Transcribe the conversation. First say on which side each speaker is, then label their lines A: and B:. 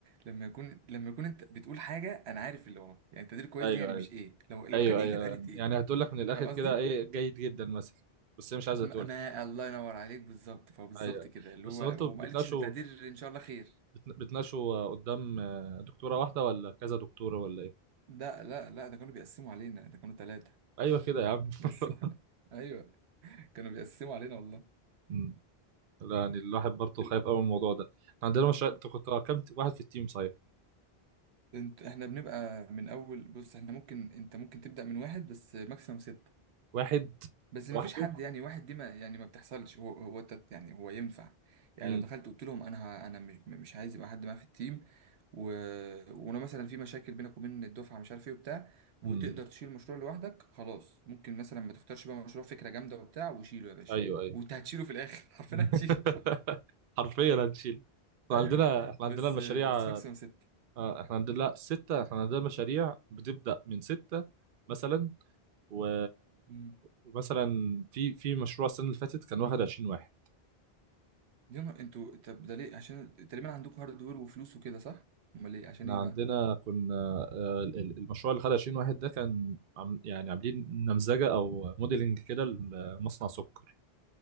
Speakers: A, on the right; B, on the right.
A: لما يكون لما يكون أنت بتقول حاجة أنا عارف اللي وراه يعني تقدير كويس
B: ايوه
A: دي يعني
B: ايوه
A: مش إيه لو لو
B: ايوه
A: كان إيه
B: ايوه
A: كانت قالت إيه
B: يعني هتقول لك من الآخر
A: فاهم
B: كده
A: قصدي؟
B: ايه جيد جدا مثلا بس هي مش عايزة
A: ما...
B: تقول
A: ما الله ينور عليك بالظبط فبالظبط
B: ايوه أيوة.
A: كده اللي
B: بس
A: هو
B: هو انتوا
A: وما
B: بتناقشوا
A: قالتش إن التقدير إن شاء الله خير
B: بتنا- بتناقشوا آه، قدام آه، دكتورة واحدة ولا كذا دكتورة ولا ايه؟
A: لا لا لا ده كانوا بيقسموا علينا ده كانوا ثلاثة
B: ايوه كده
A: <laughs>
B: يا عم
A: بيقسموا
B: <laughs>
A: علينا ايوه كانوا بيقسموا علينا والله
B: أمم. لا يعني الواحد برضه
A: إيه،
B: خايف قوي من الموضوع ده إحنا عندنا مشروع انتوا كنتوا كام واحد في التيم صحيح؟
A: انت احنا بنبقى من اول بص احنا ممكن انت ممكن تبدأ من واحد بس ماكسيمم ستة
B: واحد
A: بس ما
B: لوحده؟
A: فيش حد يعني واحد دي ما يعني ما بتحصلش هو هو تت- يعني هو ينفع يعني
B: امم
A: لو دخلت قلت لهم انا ه- انا مش مش عايز يبقى حد معايا في التيم و... وانا مثلا في مشاكل بينك وبين الدفعه مش عارف ايه وبتاع وتقدر
B: امم
A: تشيل المشروع لوحدك خلاص ممكن مثلا ما تختارش بقى مشروع فكره جامده وبتاع وشيله يا باشا
B: ايوه ايوه
A: وانت هتشيله في الاخر <laughs> حرفيا
B: <laughs>
A: هتشيله
B: حرفيا هنشيل احنا
A: ايوه
B: عندنا احنا
A: بس
B: عندنا المشاريع
A: بس ماكسيموم سته
B: آه، احنا عندنا لا ستة احنا عندنا المشاريع بتبدأ من ستة مثلا و...
A: امم
B: ومثلا في في مشروع السنة اللي فاتت كان واخد 20 واحد
A: يا نهار انتوا طب ده ليه عشان تقريبا عندكم هاردوير وفلوس وكده صح امال ليه عشان
B: احنا
A: ايه بقى
B: عندنا كنا آه، ال- ال- المشروع اللي خد 20 واحد ده كان عم... يعني عاملين نمذجة او موديلنج كده لمصنع سكر